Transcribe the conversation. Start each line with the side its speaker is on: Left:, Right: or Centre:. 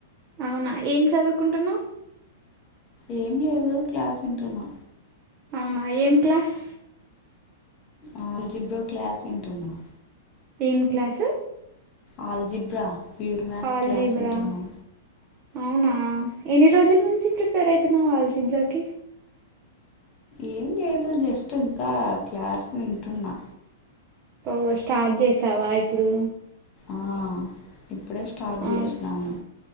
Right: అవునా ఏం చదువుకుంటునవ్
Left: ఏం లేదు క్లాస్ వింటున్నా
Right: అవునా ఏం క్లాస్
Left: అలజీబ్రా క్లాస్ వింటున్న
Right: ఏం class
Left: algebra pure maths
Right: algebra
Left: class వింటున్నా
Right: అవునా ఎన్ని రోజుల నుంచి ప్రిపేర్ అయితున్నావ్ ఆల్ జీబ్రాకి
Left: ఏం లేదు జస్ట్ ఇంక క్లాస్ వింటున్నా
Right: ఓ స్టార్ట్ చేసావ ఇప్పుడు
Left: ఆ ఇప్పుడే స్టార్ట్
Right: అవును
Left: చేసినాను